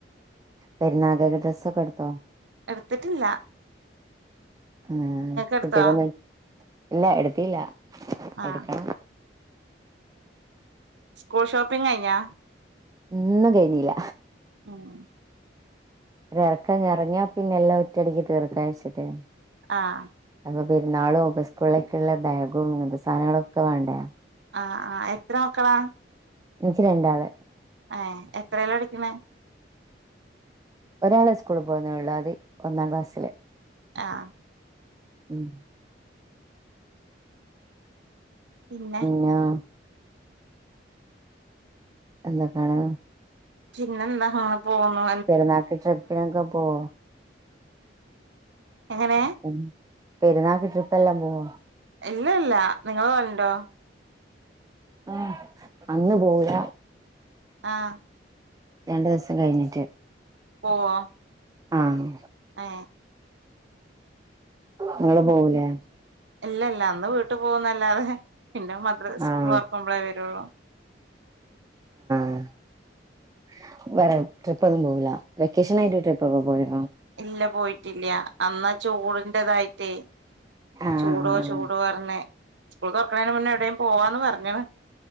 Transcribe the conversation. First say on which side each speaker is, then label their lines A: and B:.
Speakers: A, on the right; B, on the right.
A: പെര്ന്നാക്കേക്ക് ഡ്രെസ്സൊക്കെട്ത്തോ
B: എട്ത്തിട്ടില്ല
A: ആഹ്
B: എടുത്തോ
A: കുട്ടിയാ കൊക്കെ <unintelligible> ഇല്ല എട്ത്തീല്ല
B: ആഹ്
A: എട്ക്കണം
B: സ്കൂൾ ഷോപ്പിംഗയിഞ്ഞോ
A: ഒന്നും കഴിഞ്ഞീല്ല
B: ഉം ഉം
A: ഒരർക്കങ്ങ് എർങ്ങ്യപിന്നെ എല്ലാ ഒറ്റടിക്ക്തീർക്കച്ചിട്ടേനു
B: ആഹ്
A: അപ്പൊപെർന്നാളും അപ്പോ സ്കൂളെക്ക്‌ള്ള ബാഗും ഇങ്ങൻത്തെ സാനങ്ങളെക്കെ വാണ്ടെ
B: ആഹ് ആഹ് എത്ര മക്കളാ
A: ഇൻക്കി രണ്ടാള്
B: ഏ എത്രേലാടിക്കിണെ?
A: ഒരാളെസ്കൂളിൽ പോണുള്ളൂ അതി ഒന്നാംക്ലാസ്സില്
B: ആഹ്
A: ഉം
B: പിന്നെ
A: ഞാ.. എന്ന്ട്ടാണ്
B: പിന്നെ എന്താ അങ്ങനെ പോവുന്നു
A: പെരുന്നാക്ക്‌ ട്രിപ്പിനൊക്കെ പോവൊ
B: എങ്ങനെ
A: ഉം പെരുന്നാക്ക് ട്രിപ്പെല്ലാം പോവോ
B: ഇല്ല ല്ല നിങ്ങള് പോവൽണ്ടോ
A: ആ അന്ന് പോവൂല
B: ആഹ്
A: രണ്ട് ദിവസം കഴിഞ്ഞിട്ട്
B: പോവോ
A: ആഹ്
B: ഏ
A: ഇങ്ങള് പോവുലെ
B: ഇല്ല ല്ല അന്ന് വീട്ടുപോവുന്നല്ലാതെ പിന്നെ മദ്ര സ്കൂളൊർക്കുമ്പളേ
A: ആഹ്
B: വെരുള്ളൂ
A: <unintelligible> ട്രിപ്പപ്പൊന്നും പോവൂല വെക്കേഷനായിട്ട് ട്രിപ്പൊക്കെ പോയോ
B: ഇല്ല പോയിട്ടില്ല. അന്നാ ആ ചൂട്ന്റതായിട്ടേ
A: ആഹ്
B: ചൂടോ ചൂടോർഞ് സ്കൂള് തോർക്ക്‌ണെന്റെ മുന്നേ എവിടേം പോവാന്ന് പർഞ്ണ്